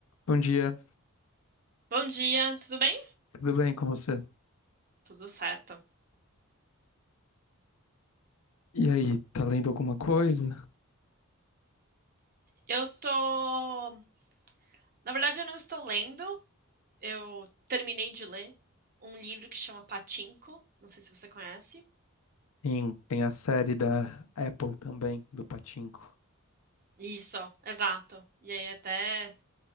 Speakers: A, on the left; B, on the right.
A: Bom dia,
B: Bom dia, tudo bem?
A: tudo bem com você?
B: Tudo certo.
A: E aí, tá lendo alguma coisa?
B: Eu tô. Na verdade, eu não estou lendo. Eu terminei de ler um livro que chama Pachinko. Não sei se você conhece.
A: Tem, tem a série da Apple também, do Pachinko.
B: Isso, exato. E aí, até